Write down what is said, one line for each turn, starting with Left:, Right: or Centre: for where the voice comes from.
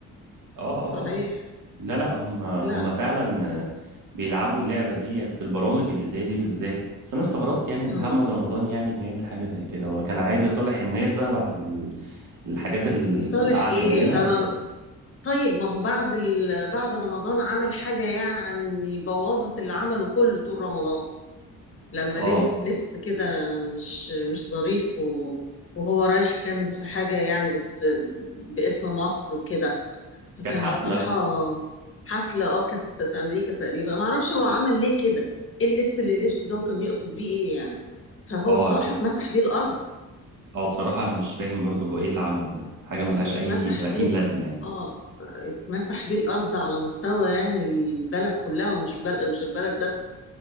Right: اه اه
Left: صحيح
Right: اه لا لا هم هم
Left: لا
Right: فعلا آه، بيلعبوا اللعبة دي في البرامج اللي زي دي بالذات بس انا استغربت يعني ان
Left: مم.
Right: محمد رمضان يعني بيعمل حاجة زي كده هو كان عايز يصالح الناس بقى بعد ال- الحاجات ال-
Left: يصالح
Right: اللي قعد
Left: ايه
Right: يعملها
Left: ده
Right: ولا
Left: ما
Right: ايه
Left: طيب ما هو بعد ال... بعد رمضان عمل حاجة يعني بوظت اللي عمله كله طول رمضان لما
Right: اه
Left: لبس لبس كده مش مش ظريف و... وهو رايح كان في حاجة يعني بت... باسم مصر وكده فكان
Right: كانت حفلة
Left: بصراحة حفلة اه كانت في أمريكا تقريبا ما اعرفش هو عمل ليه كده ايه اللبس اللي لبسه ده وكان يقصد بيه ايه يعني فهو
Right: اه
Left: بصراحة اتمسح بيه الأرض
Right: اه بصراحة انا مش فاهم برضه هو ايه اللي عمله ده حاجة ملهاش
Left: اتمسح
Right: اي 30
Left: بيه ال-
Right: لازمة يعني
Left: اه اتمسح بيه الارض على مستوى يعني البلد كلها ومش بل... مش البلد بس